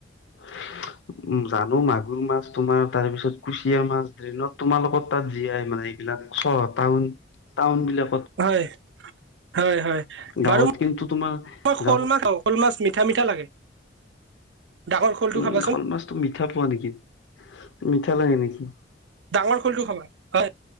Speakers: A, on the left (about 75°); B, on the right (about 70°).
A: <unintelligible> জানোঁ মা মাগুৰ মাছ, তোমাৰ তাৰপিছত কুচিয়া মাছ, ড্ৰেইনত তোমাৰলোকৰ তাত জীয়াই মানে এইবিলাক চহৰ টাউন, টাউনবিলাক
B: হয়।, হয়, হয়।
A: গাঁৱত
B: বাৰু মই
A: কিন্তু তোমাৰ
B: মই শ'ল
A: গাঁৱত
B: মাছ খাওঁ, শ'ল মাছ মিঠা-মিঠা লাগে। ডাঙৰ শ'লটো
A: উম,
B: খাবাচোন
A: শ'ল মাছটো মিঠা পোৱা নেকি, মিঠা লাগে নেকি?
B: ডাঙৰ শ'লটো খাবা হয়,